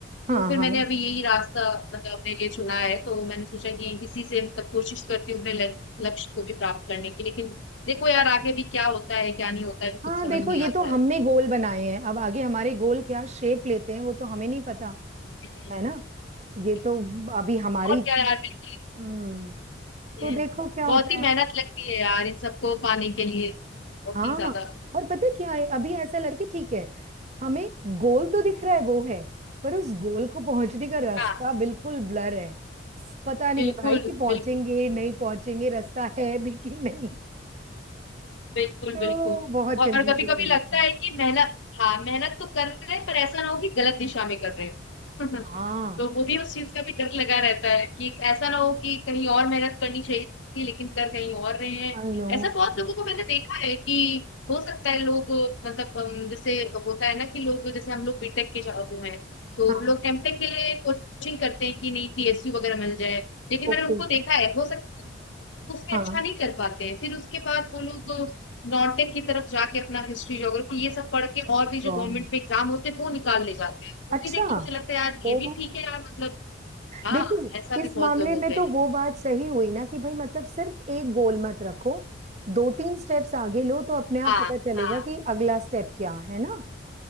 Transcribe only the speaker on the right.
हाँ
हाँ
हाँ
हाँ
देखो
ये तो
हमने गोल बनाए हैं अब आगे हमारे गोल क्या शेप लेते हैं वो तो हमें नहीं पता
है ना ये
तो अभी हमारी
हम्म
तो
देखो क्या
होता
है
हाँ
और पता है क्या है अभी ऐसा लगे कि ठीक है हमें गोल तो दिख रहा है वो है पर उस गोल को पहुंचने का रास्ता
बिल्कुल ब्लर है पता नहीं
है भाई कि
पहुंचेंगे
नहीं पहुंचेंगे रास्ता है भी कि नहीं है
तो
बहुत
कंफ्यूजन
हो रही
थी
हाँ
I know
हाँ
ओके
हाँ
wrong।
अच्छा
ओ
देखिए
इस
मामले
में
तो
वो बात सही हुई ना कि भाई मतलब सिर्फ एक गोल मत रखो दो तीन स्टेप्स आगे लो तो अपने आप
पता चलेगा
कि अगला स्टेप क्या है ना